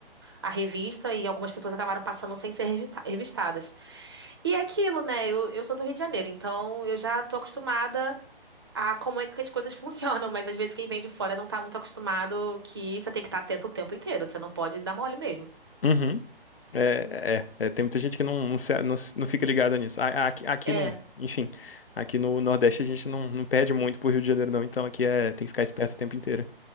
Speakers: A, on the right (about 25°); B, on the left (about 70°).
A: a revista e algumas pessoas acabaram passando sem ser revista- revistadas. E é aquilo, né? Eu, eu sou do Rio de Janeiro, então eu já tô acostumada a como é que as coisas <laughs> funcionam, mas às vezes quem vem de fora não tá muito acostumado que você tem que estar atento o tempo inteiro, você não pode dar mole mesmo.
B: Uhum. É, é, é, tem muita gente que não, não, se- não, se- não fica ligada nisso. A- a- Aqui, aqui
A: É.
B: não, enfim, aqui no Nordeste a gente não, não perde muito pro Rio de Janeiro, não, então aqui é, tem que ficar esperto o tempo inteiro.